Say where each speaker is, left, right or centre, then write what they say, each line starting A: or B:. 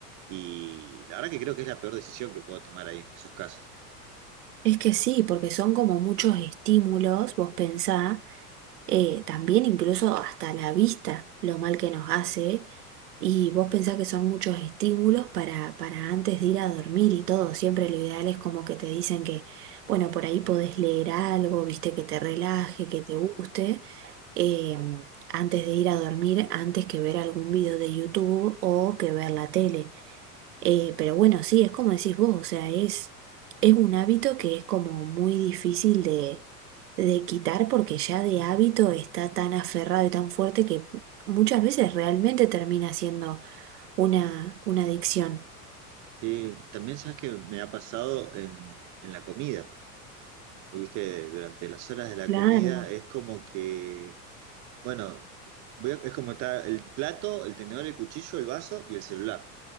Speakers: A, on the right (about 40°); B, on the right (about 80°).
A: Y la verdad que creo que es la peor decisión que puedo tomar ahí, en esos casos.
B: Es que sí, porque son como muchos estímulos, vos pensá, eh, también incluso hasta la vista, lo mal que nos hace, y vos pensá que son muchos estímulos para, para antes de ir a dormir y todo, siempre lo ideal es como que te dicen que, bueno, por ahí podés leer algo, viste, que te relaje, que te guste. eh, antes de ir a dormir, antes que ver algún video de YouTube o que ver la tele. Eh, pero bueno, sí, es como decís vos, o sea, es, es un hábito que es como muy difícil de, de quitar porque ya de hábito está tan aferrado y tan fuerte que muchas veces realmente termina siendo una, una adicción.
A: Sí, también sabes que me ha pasado en, en la comida. Pues, Viste, durante las horas de la
B: Claro,
A: comida es como que, bueno, voy a- es como está el plato, el tenedor, el cuchillo, el vaso y el celular.